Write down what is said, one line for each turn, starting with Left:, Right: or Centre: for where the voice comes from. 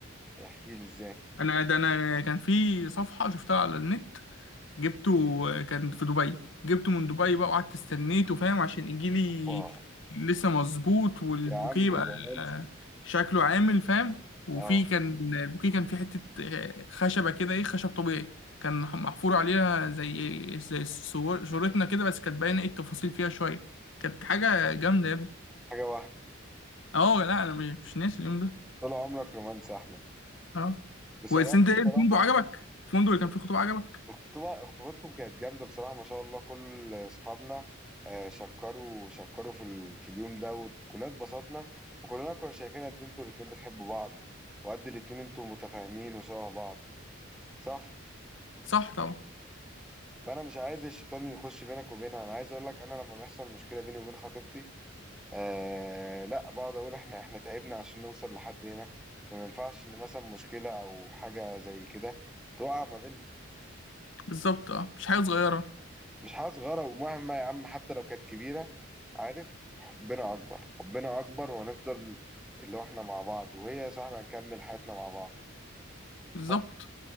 Centre: احكي لي ازاي
Left: انا ده انا كان في صفحة شفتها على النت جبته آه، كان في دبي جبته من دبي بقى وقعدت استنيته فاهم عشان يجيلي
Centre: اه
Left: لسه مظبوط والبوكيه
Centre: يا عم
Left: بقى
Centre: الرومانسي
Left: آه، شكله عامل فاهم وفي
Centre: اه
Left: كان البوكيه كان في حتة آه، خشبة كده ايه خشب طبيعي كان محفور عليها زي زي صور- صورتنا كده بس كانت باينة ايه التفاصيل فيها شوية كانت حاجة جامدة يا ابني
Centre: حاجة وهم
Left: اه لا انا مش مش ناسي اليوم ده
Centre: طول عمرك رومانسي يا احمد
Left: اه
Centre: بصراحة
Left: بس انت ايه الفندق
Centre: بصراحة
Left: عجبك؟ الفندق اللي كان فيه خطوبة عجبك؟
Centre: الخطوبة خطوبتكم كانت جامدة بصراحة ما شاء الله كل أصحابنا آه، شكروا شكروا في, ال... في اليوم ده وكلنا اتبسطنا وكلنا كنا شايفين قد إيه انتوا الاتنين بتحبوا بعض وقد الاتنين انتوا متفاهمين وشبه بعض صح؟
Left: صح طبعا
Centre: فأنا مش عايز الشيطان يخش بينك وبينها أنا عايز أقول لك أنا لما بيحصل مشكلة بيني وبين خطيبتي آه لا بقعد أقول إحنا إحنا تعبنا عشان نوصل لحد هنا فما ينفعش إن مثلا مشكلة أو حاجة زي كده تقع ما بيننا
Left: بالظبط اه مش حاجة صغيرة
Centre: مش حاجة صغيرة ومهما يا عم حتى لو كانت كبيرة عارف حبنا أكبر حبنا أكبر وهنفضل اللي هو إحنا مع بعض وهي يا صاحبي هنكمل حياتنا مع بعض
Left: بالظبط
Centre: صح